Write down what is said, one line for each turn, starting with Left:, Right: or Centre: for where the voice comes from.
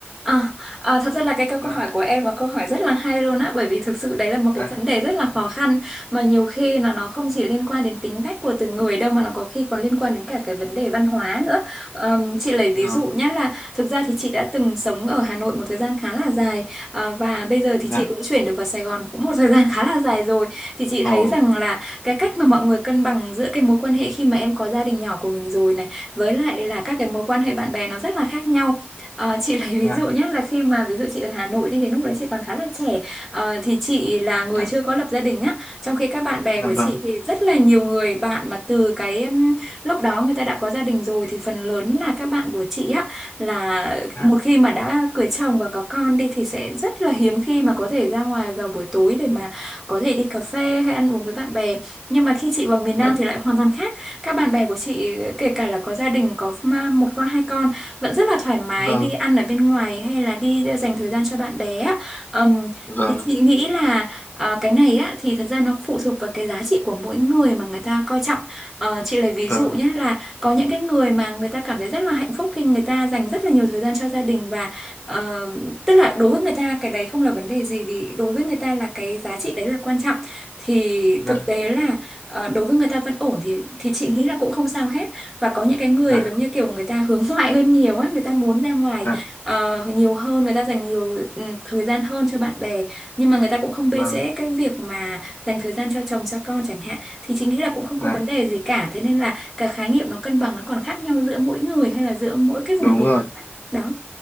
Centre: À, à, thật ra là cái câu
Left: Dạ,
Centre: câu hỏi của em là câu hỏi rất là hay luôn á bởi vì thực sự đấy là một
Left: dạ,
Centre: cái vấn đề rất là khó khăn mà nhiều khi là nó không chỉ liên quan đến tính cách của từng người đâu mà nó có khi còn liên quan đến cả cái vấn đề văn hóa nữa Ờm, chị lấy ví
Left: dạ,
Centre: dụ nhé là thực ra thì chị đã từng sống ở Hà Nội một thời gian khá là dài à, và bây giờ thì
Left: dạ,
Centre: chị cũng chuyển được vào Sài Gòn cũng một thời <laughs> gian khá là dài rồi thì chị
Left: ờ,
Centre: thấy rằng là cái cách mà mọi người cân bằng giữa cái mối quan hệ khi mà em có gia đình nhỏ của mình rồi này với lại là các cái mối quan hệ bạn bè nó rất là khác nhau Ờ, chị lấy
Left: dạ,
Centre: ví dụ nhé là khi mà ví dụ chị ở Hà Nội đi thì lúc đấy chị còn khá là trẻ Ờ, thì chị là người
Left: dạ.
Centre: chưa có lập gia đình á trong khi các bạn bè
Left: dạ
Centre: của chị
Left: vâng
Centre: thì rất là nhiều người bạn mà từ cái um, lúc đó người ta đã có gia đình rồi thì phần lớn là các bạn của chị á là
Left: dạ
Centre: một khi mà đã cưới chồng và có con đi thì sẽ rất là hiếm khi mà có thể ra ngoài vào buổi tối để mà có thể đi cà phê hay ăn uống với bạn bè nhưng mà khi chị vào miền
Left: dạ
Centre: Nam thì lại hoàn toàn khác các bạn bè của chị kể cả là có gia đình có um, một con hai con vẫn rất là thoải mái
Left: vâng
Centre: đi ăn ở bên ngoài hay là đi dành thời gian cho bạn bè á Ừm,
Left: vâng
Centre: thì chị nghĩ là ờ, cái này á thì thật ra nó phụ thuộc vào cái giá trị của mỗi người mà người ta coi trọng Ờ, chị lấy ví
Left: vâng
Centre: dụ nhé là có những cái người mà người ta cảm thấy rất là hạnh phúc khi người ta dành rất là nhiều thời gian cho gia đình và ờ, tức là đối với người ta cái đấy không là vấn đề gì vì đối với người ta là cái giá trị đấy là quan trọng thì
Left: dạ
Centre: thực tế là ờ, đối với người ta vẫn ổn thì thì chị nghĩ là cũng không sao hết và có những cái người
Left: dạ
Centre: giống như kiểu người ta hướng <laughs> ngoại hơn nhiều á người ta muốn ra ngoài
Left: dạ
Centre: ờ, nhiều hơn người ta dành nhiều ừ, thời gian hơn cho bạn bè nhưng mà người ta cũng không bê
Left: vâng
Centre: trễ cái việc mà dành thời gian cho chồng cho con chẳng hạn thì chị nghĩ là cũng không
Left: dạ
Centre: có vấn đề gì cả thế nên là cái khái niệm nó cân bằng nó còn khác nhau giữa mỗi người hay là giữa mỗi cái vùng
Left: đúng
Centre: miền
Left: rồi
Centre: đó